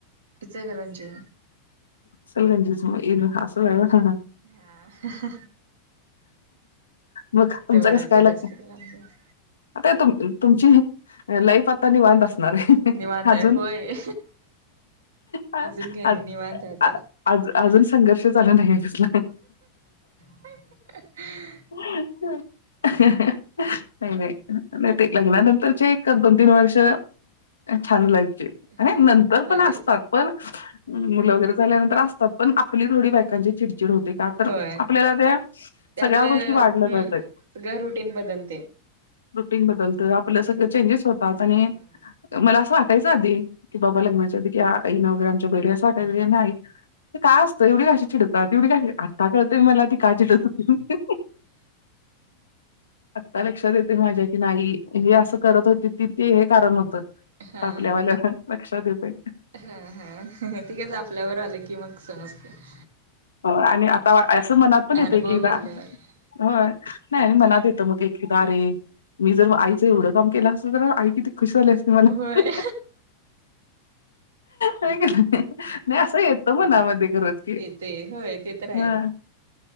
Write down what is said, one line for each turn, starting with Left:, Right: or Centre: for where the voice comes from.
Right: इथे करणजी
Left: सलगंजी सम असल! !
Right: हा
Left: मग तुमचं
Right: तेवढत
Left: कसं काय लागत
Right: जास्त त्याला! !
Left: आता तुम तुमची लाईफ आता! निवांध असणार आहे.
Right: निवांताय
Left: अजून
Right: होय
Left: आज
Right: अजून काय?
Left: आ
Right: नाही निवांतय आता!
Left: आ- आज अजून संघर्ष झाला नाहीये कसला
Right: <unintelligible>
Left: नाही नाही नाही ते लग्नातच नंतरचे एक दोन तीन वर्ष छान लाईफचे आणि
Right: हा
Left: नंतर
Right: भारी
Left: पण असतात. पण मुलं वगैरे झाल्यानंतर असतात पण आपली थोडी बायकांची चिड चिड होते का तर
Right: होय
Left: आपल्याला त्या
Right: ते
Left: सगळ्या
Right: आपलं
Left: गोष्टी वाढल्या
Right: हम्म
Left: जातय.
Right: सगळं रुटीन बदलते
Left: रुटीन बदलत
Right: हम्म
Left: आपल्या सगळं चेंजेस होतात आणि
Right: हम्म
Left: मला असं वाटायचं आधी कि बाबा लग्नाच्या आधी की नवरे यांचे बैल असं वाटायच नाही. ते काय असतं एवढी कशी चिडतात एवढी कशी आता कळतय मला ती का चिडत होती. आत्ता लक्षात येतेय माझ्या की नाही हे असं करत होती ती ते हे कारण होतं.
Right: हा
Left: आता आपल्यावाल्या
Right: हा
Left: लक्षात येतंय.
Right: हा हा ते कसं आपल्यावर आलं की मग समजतं.
Left: हो आणि आता असं मनात पण येतंय
Right: अनुभव
Left: की एकेकदा
Right: घेतल्यावर
Left: होय नाही मी मनात येतय मग एकेकदा अरे मी जर मग एव एवढं काम केलं असत तर आई किती खुश झाली असती मला
Right: होय
Left: होय का नाही. नाही असं येत मनामध्ये खरंच की
Right: येते होय ते तर आहे
Left: हा